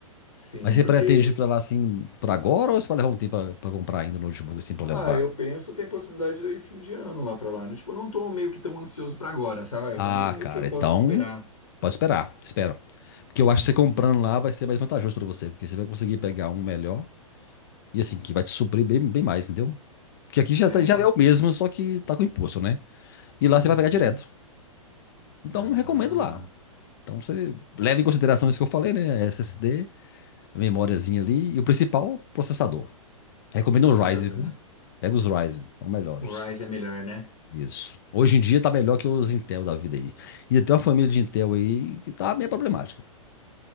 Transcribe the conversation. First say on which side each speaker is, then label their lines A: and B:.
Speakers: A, on the left; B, on the left.
A: Sim,
B: Mas você
A: porque
B: pretende ir pra lá, assim, por agora ou você vai levar um tempo pra, pra comprar ainda o notebook, assim, pra
A: ah,
B: levar?
A: eu penso tem possibilidade de eu ir fim de ano lá pra lá. Eu, Tipo, eu não tô meio que tão ansioso pra agora, sabe?
B: Ah,
A: Pra mim é meio
B: cara,
A: que eu
B: então.
A: posso esperar.
B: Pode esperar, espera. Porque
A: Uhum.
B: eu acho que você comprando lá vai ser mais vantajoso pra você, porque você vai conseguir pegar um melhor e, assim, que vai te suprir bem, bem mais, entendeu? Porque aqui já,
A: É,
B: tá- já
A: né?
B: é o mesmo, só que tá com imposto, né? E lá
A: Uhum.
B: você vai pegar direto. Então,
A: Ah,
B: recomendo lá. Então, você leva em consideração isso que eu falei, né? SSD, memóriazinha ali e o principal, processador. Recomendo
A: processador,
B: o Ryzen, viu?
A: né?
B: Pega os Ryzen, são melhores.
A: O Ryzen é melhor, né?
B: Isso. Hoje em dia tá melhor que os Intel da vida aí. Ainda tem uma família de Intel aí que tá meio problemática.